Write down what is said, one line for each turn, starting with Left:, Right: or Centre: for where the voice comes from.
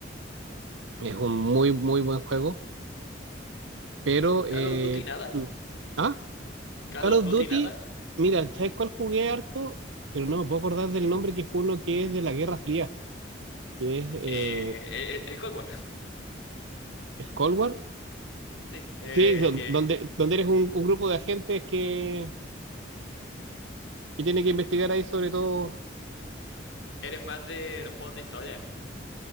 Right: Es un muy, muy buen juego, pero... eh,
Left: Call of Duty nada,
Right: mm, ah,
Left: Call
Right: Call
Left: of
Right: of
Left: Duty
Right: Duty,
Left: nada.
Right: mira, ¿sabes cuál jugué harto? Pero no me puedo acordar del nombre que es uno que es de la Guerra Fría, que es eh,
Left: Eh, el, el- el Cold War, <laughs>
Right: el Cold War.
Left: sí. eh,
Right: Sí, es don-
Left: el que
Right: donde, donde eres un, un grupo de agentes que, que tiene que investigar ahí sobre todo,
Left: eres más de los juegos de historia.